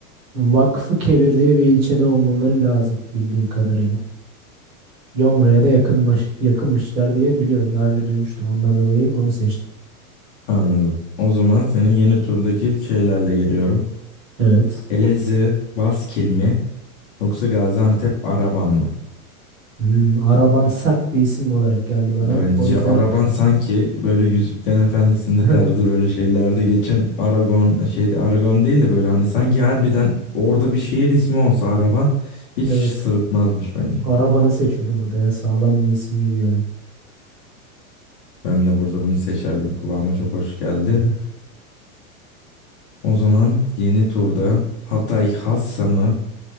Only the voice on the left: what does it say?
Anladım. O zaman senin yeni turdaki şeylerle geliyorum.
Elazığ Baskil mi? Yoksa Gaziantep Araban mı?
Bence
araban sanki böyle Yüzüklerin Efendisi'nde
tarzı böyle şeylerde geçen Aragon şeyde Aragon değil de böyle hani sanki harbiden orada bir şehir ismi olsa araban hiç
sırıtmazmış bence.
Ben de burada bunu seçerdim. Kulağıma çok hoş geldi.
O zaman yeni turda Hatay Hassa mı